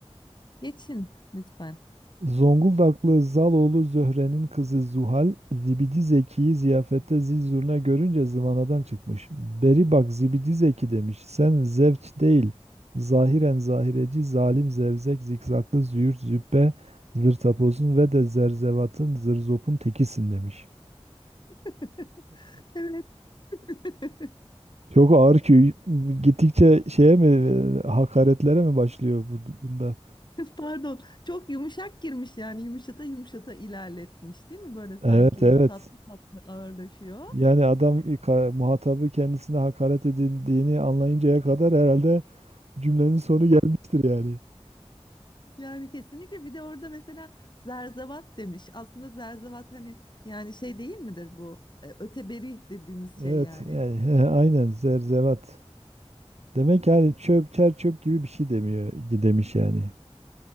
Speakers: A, on the left (about 45°); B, on the right (about 80°).
A: geçin lütfen.
B: Zonguldaklı Zaloğlu Zöhre'nin kızı Zuhal, Zibidi Zeki'yi ziyafette zil zurna görünce zıvanadan çıkmış. Beri bak Zibidi Zeki demiş, sen zevç değil, zahiren zahireci, zalim zevzek, zikzaklı züğürt, züppe, zırtapozun ve de zerzevatın, zırzopun tekisin demiş.
A: <laughs> Evet <laughs>
B: Çok ağır ki gittikçe şeye mi, e, hakaretlere mi başlıyor bu- bunda?
A: pardon çok yumuşak girmiş yani yumuşata yumuşata ilerletmiş değil mi böyle sanki
B: Evet, evet.
A: tatlı tatlı ağırlaşıyor.
B: Yani adam ka- muhatabı kendisine hakaret edildiğini anlayıncaya kadar herhalde cümlenin sonu gelmiştir yani.
A: Yani kesinlikle bir de orada mesela zerzevat demiş. Aslında zerzevat hani yani şey değil midir bu? E, Öteberi dediğimiz
B: Evet
A: şey yani.
B: yani <laughs> he, aynen zerzevat. Demek yani çöp çer çöp gibi bir şey demiyor demiş yani.